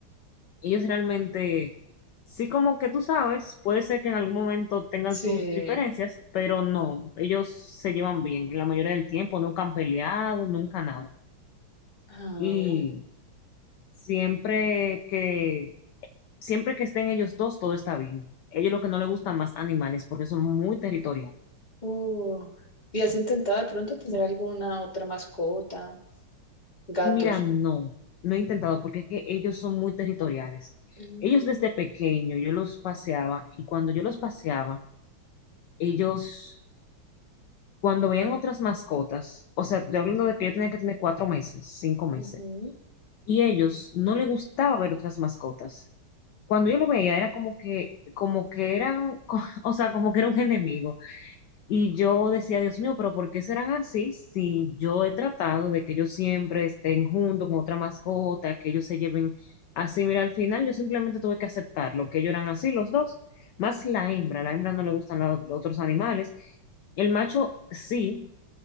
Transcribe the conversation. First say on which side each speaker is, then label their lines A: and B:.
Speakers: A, on the left; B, on the left.
A: ellos realmente. Sí, como que tú sabes, puede ser que en algún momento tengan
B: sí.
A: sus diferencias, pero no, ellos se llevan bien la mayoría del tiempo, nunca han peleado, nunca nada.
B: Ah,
A: Y siempre que Siempre que estén ellos dos, todo está bien. Ellos lo que no les gustan más animales porque son muy territoriales.
B: uh. ¿Y has intentado de pronto tener alguna otra mascota? Gatos.
A: Mira, no, no he intentado porque es que ellos son muy territoriales.
B: Mm,
A: Ellos desde pequeño yo los paseaba y cuando yo los paseaba, ellos cuando veían otras mascotas, o sea, estoy hablando de que yo tenía que tener cuatro meses, cinco meses,
B: ujú.
A: y ellos no les gustaba ver otras mascotas. Cuando yo lo veía era como que, como que eran, <laughs> o sea, como que era un enemigo. Y yo decía, Dios mío, pero ¿por qué serán así si yo he tratado de que ellos siempre estén juntos con otra mascota, que ellos se lleven así? Mira, al final yo simplemente tuve que aceptarlo, que ellos eran así los dos, más la hembra, la hembra no le gustan la- los otros animales. El macho sí,